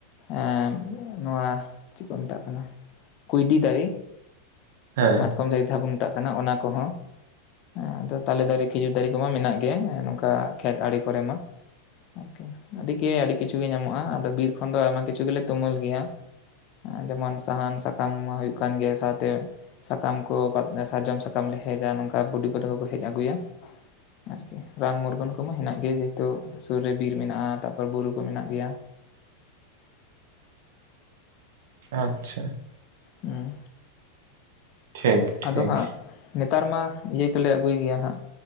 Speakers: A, on the left (about 45°); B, on the right (about 70°).
A: ᱮᱸ ᱱᱚᱣᱟ ᱪᱮᱫ ᱠᱚ ᱢᱮᱛᱟᱜ ᱠᱟᱱᱟ ᱠᱩᱸᱭᱰᱤ ᱫᱟᱨᱮ
B: ᱦᱮᱸ
A: ᱢᱟᱛᱠᱚᱢ ᱡᱟᱭᱤ ᱡᱟᱦᱟᱸ ᱵᱚᱱ ᱢᱮᱛᱟᱜ ᱠᱟᱱᱟ ᱚᱱᱟ ᱠᱚᱦᱚᱸ ᱦᱮᱸ ᱟᱫᱚ ᱛᱟᱞᱮ ᱫᱟᱨᱮ ᱠᱷᱤᱡᱩᱨ ᱫᱟᱨᱮ ᱠᱚᱢᱟ ᱢᱮᱱᱟᱜ ᱜᱮᱭᱟ ᱚᱱᱠᱟ ᱠᱷᱮᱛ ᱟᱲᱮ ᱠᱚᱨᱮ ᱢᱟ ᱟᱨᱠᱤ ᱟᱹᱰᱤ ᱜᱮ ᱟᱹᱰᱤ ᱠᱤᱪᱷᱩ ᱜᱮ ᱧᱟᱢᱚᱜᱼᱟ ᱟᱫᱚ ᱵᱤᱨ ᱠᱷᱚᱱ ᱫᱚ ᱟᱭᱢᱟ ᱠᱤᱪᱷᱩ ᱜᱮᱞᱮ ᱛᱩᱢᱟᱹᱞ ᱜᱮᱭᱟ ᱡᱮᱢᱚᱱ ᱥᱟᱦᱟᱱ ᱥᱟᱠᱟᱢ ᱦᱩᱭᱩᱜ ᱠᱟᱱ ᱜᱮᱭᱟ ᱥᱟᱶᱛᱮ ᱥᱟᱠᱟᱢ ᱠᱚ ᱥᱟᱨᱡᱚᱢ ᱥᱟᱠᱟᱢ ᱞᱮ ᱦᱮᱡᱟ ᱱᱚᱝᱠᱟ ᱵᱩᱰᱤ ᱠᱚ ᱛᱟᱠᱚ ᱠᱚ ᱦᱮᱡ ᱟᱹᱜᱩᱭᱟ ᱟᱨᱠᱤ ᱨᱟᱱ ᱢᱩᱨᱜᱟᱹᱱ ᱠᱚᱢᱟ ᱦᱮᱱᱟᱜ ᱜᱮᱭᱟ ᱡᱮᱦᱮᱛᱩ ᱥᱩᱨ ᱨᱮ ᱵᱤᱨ ᱢᱮᱱᱟᱜᱼᱟ ᱛᱟᱨᱯᱚᱨ ᱵᱩᱨᱩ ᱠᱚ ᱢᱮᱱᱟᱜ ᱜᱮᱭᱟ
B: ᱟᱪᱪᱷᱟ
A: ᱦᱩᱸ
B: ᱴᱷᱤᱠ ᱴᱷᱤᱠ
A: ᱟᱫᱚ ᱦᱟᱸᱜ ᱱᱮᱛᱟᱨ ᱢᱟ ᱤᱭᱟᱹ ᱠᱚᱞᱮ ᱟᱹᱜᱩᱭ ᱜᱮᱭᱟ ᱦᱟᱸᱜ